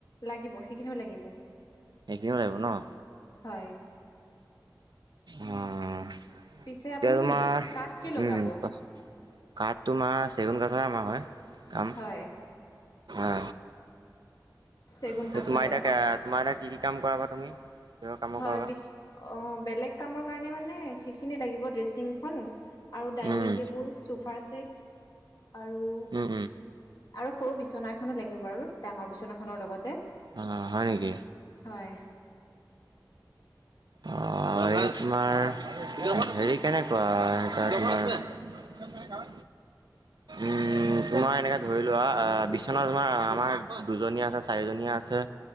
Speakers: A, on the left (about 65°); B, on the right (about 75°).
A: লাগিব, সেইখিনিও লাগিব।
B: এইখিনিও লাগিব ন'?
A: হয়।
B: হম
A: পিছে
B: এতিয়া
A: আপুনি
B: তোমাৰ
A: কাঠ কি লগাব
B: উম কোৱাচো কাঠ তোমাৰ চেগুন কাঠৰে আমাৰ হয় কাম
A: হয়
B: অ
A: চেগুন
B: এ
A: কাঠৰে
B: তোমাৰ এতিয়া তোমাৰ এতিয়া কি কি কাম কৰা বা তুমি কিহৰ কামৰ
A: হয়
B: কৰা বা
A: বি অ বেলেগ কামৰ কাৰণে মানে সেইখিনি লাগিব ড্ৰেচিংখন আৰু ডাইনিং
B: উম
A: টেবুল চোফাৰ ছেট আৰু
B: উম উম
A: আৰু সৰু বিচনা এখনো লাগিব বাৰু ডাঙৰ বিচনাখনৰ লগতে।
B: অ' হয় নেকি?
A: হয়।
B: অ এই তোমাৰ হেৰি কেনে- বা এতিয়া তোমাৰ ক'ত গ'ল উম তোমাৰ এনেকে ধৰি লোৱা আ বিচনা তোমাৰ আমাৰ দুজনীয়া আছে চাৰিজনীয়া আছে